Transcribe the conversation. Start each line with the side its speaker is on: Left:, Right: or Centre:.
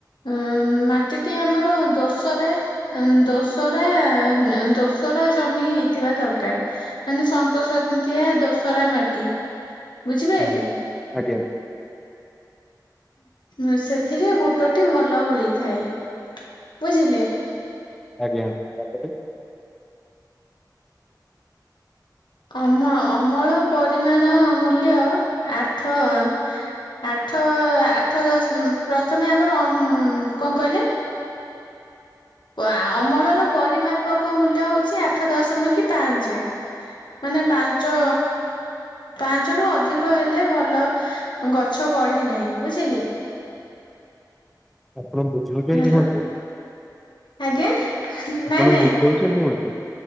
Left: ଅଁମ୍ ମାଟି ଟି ଆମର ଦୋସରା ହମ୍ ଦୋସରା ଆଁ ଦୋସରା ଜମି ହେଇଥିବା ଦରକାର୍। ମାନେ ସନ୍ତୋ ସନ୍ତିଆ ଦୋସରା ମାଟି। ବୁଝିପାଇଲେ?
Centre: ହୁଁ-ହୁଁ ଆଜ୍ଞା।
Left: ଉଁ ସେଥିରେ ବୁଟଟି ଭଲ ହୋଇଥାଏ। ବୁଝିଲେ।
Centre: ଆଜ୍ଞା ତାପରେ
Left: ଅମ ଅମଳ ପରିମାଣ ମୂଲ୍ୟ ଆଠ ଆଁ ଆଠ ଆଠ ଦଶ୍ ପ୍ରଥମେ ଆମର ଅମ୍ କଁ କଇଲେ ଆ ଅମଳର ପରିମାପକ ମୂଲ୍ୟ ହଉଛି ଆଠ ଦଶମିକ ପାଞ୍ଚେ। ମାନେ ପାଞ୍ଚ ପାଞ୍ଚ ରୁ ଅଧିକ ହେଲେ ଭଲ ଗଛ ବଢେ ନାହିଁ ବୁଝିଲେ।
Centre: ଆପଣ ବୁଝଉଛନ୍ତି
Left: ହ୍ୟାଲୋ
Centre: ମତେ।
Left: ଆଜ୍ଞା। ନାଇଁ
Centre: ଆପଣ
Left: ନାଇଁ
Centre: ବୁଝଉଛନ୍ତି ମୋତେ।